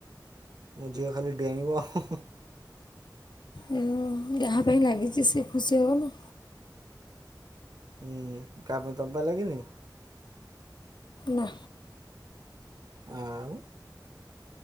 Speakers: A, on the right; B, on the left.
A: ମୋ ଝିଅ ଖାଲି ଡେଇଁବ ଆଉ।
B: ଉଁ, ଯାହା ପାଇଁ ଲାଗିଛି ସେ ଖୁସି ହବନା।
A: ଉଁ-ଉଁ-ଉଁ କା ପାଇଁ ତମ ପାଇଁ ଲାଗିନି?
B: ନା।
A: ଆ-ଉ